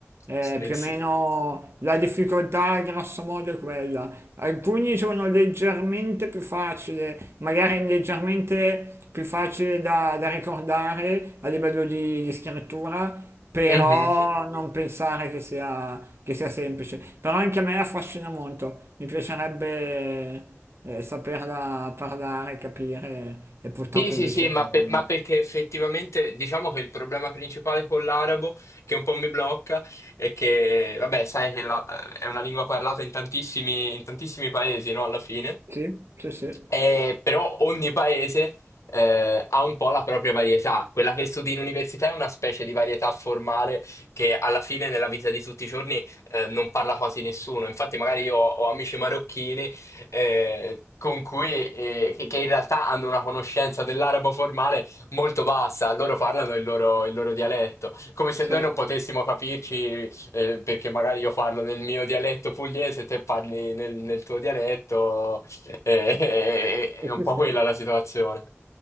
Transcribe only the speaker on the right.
Eh,
più
o meno la difficoltà, grosso modo, è quella. Alcuni sono leggermente più facili, magari leggermente più facili da, da ricordare a livello di, di scrittura, però
non pensare che sia, che sia semplice. Però anche a me affascina molto, mi piacerebbe eh, saperla parlare, capire, e purtroppo
invece
no.
Sì, sì, sì,
certo.
<laughs>